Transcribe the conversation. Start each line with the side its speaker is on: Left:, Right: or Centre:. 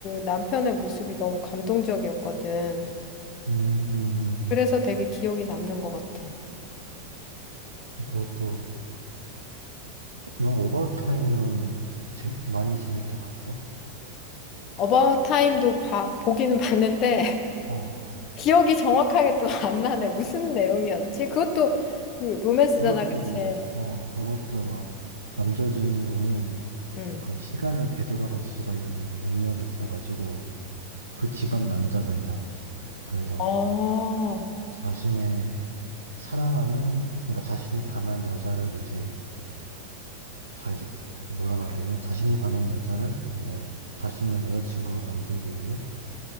Left: 남편의 모습이 너무 감동적이었거든.
Right: 음, 음.
Left: 그래서 되게 기억이 남는 것 같아.
Right: 그것도, 너 오버타임은 재, 많이 재밌게 봤어?
Left: 어바웃 타임도 봐- 보기는 봤는데
Right: 어.
Left: 기억이 정확하게 또 <laughs> 안 나네. 무슨 내용이었지? 그것도 그 로맨스잖아,
Right: 그것도,
Left: 그치?
Right: 뭐, 어, 그것도 막, 남자 주인공이
Left: 응.
Right: 그 시간을 되돌아갈 수가 있는 능력이 있어가지고, 그 집안 남자들만. 그래서,
Left: 어,
Right: 자신의 사랑하는, 그러니까 자신이 반한 여자를 이제, 자, 뭐라 말해야 돼? 자신이 반한 여자를 이제 자신의 여자친구로 만들기 위해